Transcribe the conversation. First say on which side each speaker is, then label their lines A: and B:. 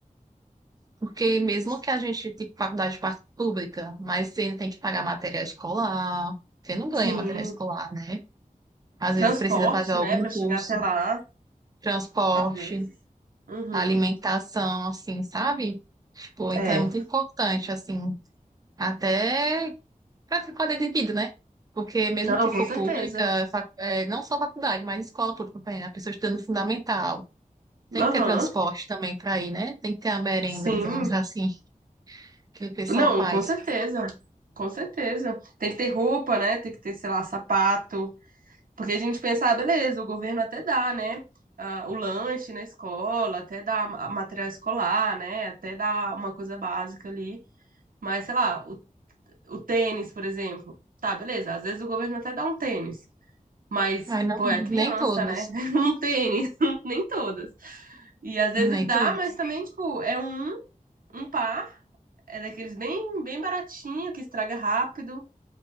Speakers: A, on the right (about 25°); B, on the right (about 80°).
A: porque mesmo
B: Tipo,
A: que a gente tenha faculdade par- pública, mas você ainda tem que pagar material escolar, você não ganha
B: sim,
A: material escolar, né? Às
B: transporte,
A: vezes precisa fazer algum
B: né, Pra chegar
A: curso,
B: até lá,
A: transporte.
B: às vezes. Uhum.
A: a alimentação, assim, sabe? Tipo, então
B: É.
A: é muito importante, assim, até para qualidade de vida, né? Porque mesmo
B: Não,
A: que for
B: com certeza.
A: pública, fa- é, não só faculdade, mas escola pública, por exemplo, a pessoa estudando fundamental. Tem
B: Aham.
A: que ter transporte também para ir, né? Tem que ter a merenda,
B: Sim.
A: digamos assim, que o pessoal
B: Não,
A: faz.
B: com certeza. Com certeza. Tem que ter roupa, né? Tem que ter, sei lá, sapato. Porque a gente pensa, ah, beleza, o governo até dá, né? ah, o lanche na escola, até dá ma- material escolar, né? Até dá uma coisa básica ali. Mas, sei lá, o, o tênis, por exemplo. Tá, beleza. Às vezes o governo até dá um tênis. Mas,
A: Mas não,
B: pô,
A: nem
B: é criança,
A: todos,
B: né? <laughs> Um tênis, <laughs> nem todas. E às
A: nem
B: vezes dá,
A: todos.
B: mas também, tipo, é um, um par, é daqueles bem, bem baratinho, que estraga rápido.